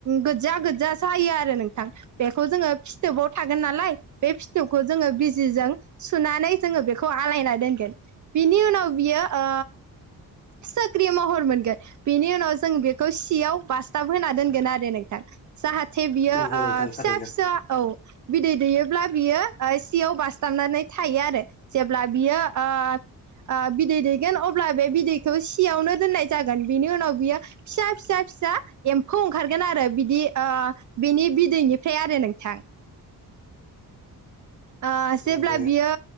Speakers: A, on the right; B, on the left.
A: गोजा गोजा जायो जायो आरो नोंथां बेखौ जोंङो फिथोबाव थागोन नालाय बे फिथोबखौ जोङो बिजिजों सुनानै जोङो बेखौ आलायना दोनगोन बिनि उनाव बियो ओ सिख्रि महर मोनगोन बेनि उनाव जों बेखौ सियाव बासथाब होना दोनगोन आरो नोंथां जाहाथे थे बियो आ
B: नंगौ नोंथां नंगौ नोंथां
A: फिसा
B: थारैनो
A: फिसा औ बिदै दैयोब्ला बियो ओ सियाव बासथाबनानै थायो आरो जेब्ला बियो आ आ बिदै दैगोन अब्ला बे बिदैखौ सियावनो दोननाय जागोन बिनि उनाव बियो फिसा फिसा फिसा एम्फौ ओंखारगोन आरो बिदि आ बिनि बिदैनिफ्राय आरो नोंथां ओ
B: नंगौ
A: जेब्ला बियो